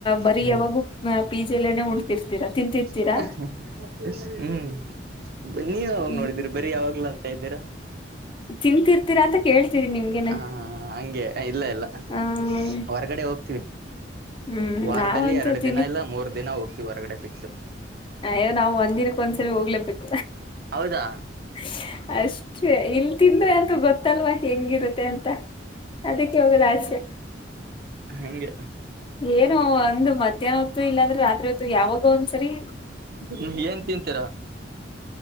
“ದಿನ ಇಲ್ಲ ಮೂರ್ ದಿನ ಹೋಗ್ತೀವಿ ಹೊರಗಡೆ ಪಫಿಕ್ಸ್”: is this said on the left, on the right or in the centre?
Right